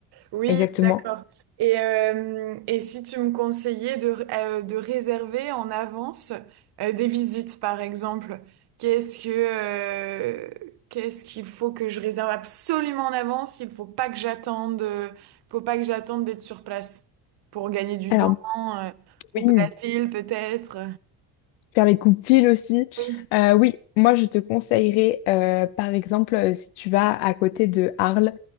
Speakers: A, on the right (about 50°); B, on the left (about 75°).
A: Oui,
B: Exactement.
A: d'accord. Et, euh, et si tu me conseillais de, euh, de réserver en avance euh, des visites, par exemple, qu'est-ce que, euh, qu'est-ce qu'il faut que je réserve absolument en avance? Il faut pas que j'attende, euh, faut pas que j'attende d'être sur place pour gagner du
B: Alors,
A: temps, euh, couper
B: oui.
A: la file peut-être.
B: Faire les coups pile aussi.
A: Oui.
B: Euh, oui, moi je te conseillerais, euh, par exemple, euh, si tu vas à côté de Arles,